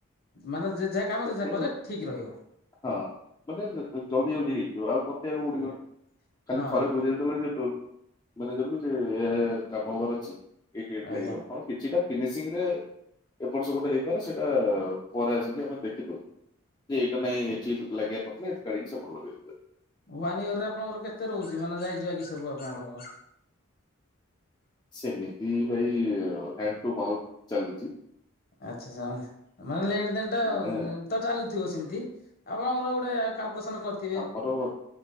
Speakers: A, on the left; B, on the left.
A: ମାନେ ଯେ ଯାହା କାମ
B: ସେଥିପାଇଁ
A: ଯିଏ କଲେ ଠିକ ରହିବ।
B: ହଁ ମାନେ ଜଲଦି ଜଲଦି ହେଇଯିବ ଆଉ ବତେଇବାକୁ
A: ଆଜ୍ଞା
B: ପଡ଼ିବନି, ଖାଲି
A: ହଁ
B: ଥରେ ବୁଝେଇଲେ ସେତେବେଳେ ଯେମିତି ମାନେ କାମ ହବାର ଅଛି ଏଇଠି ଏଇଠି
A: ଆଜ୍ଞା।
B: ଲାଗିବ। ହଁ କିଛିଟା ଫିନିସିଂରେ ଏପଟ ସେପଟ ହେଇପାରେ ସେଇଟା ପରେ ଆସିକି ଆମେ ଦେଖିଦଉ। ଯେ ଏଇଟା ନାଇଁ ଏଠି ଲାଗିବାର ନଥିଲା ଏଠୁ କାଢି ସେପଟେ ଲଗେଇଦେ।
A: ୱାନ୍ ଇୟରରେ ଆପଣଙ୍କର କେତେ ରହୁଛି ମାନେ ଯାଇଜୁଆ କରିକି ସବୁ ଆପଣଙ୍କର?
B: ସେମିତି ଭାଇ ହେଣ୍ଡ ଟୁ ମାଉଥ ଚାଲିଛି।
A: ଆଚ୍ଛା ସେମାନେ ମାନେ ଲେନ ଦେନ
B: ମାନେ
A: ଟା ତ ଚାଲୁଥିବ ସେମିତି ଆପଣଙ୍କର ଗୋଟେ ଗୋଟେ କ୍ୟାଲକୁଲେଶନ କରିଥିବେ?
B: ବରଂ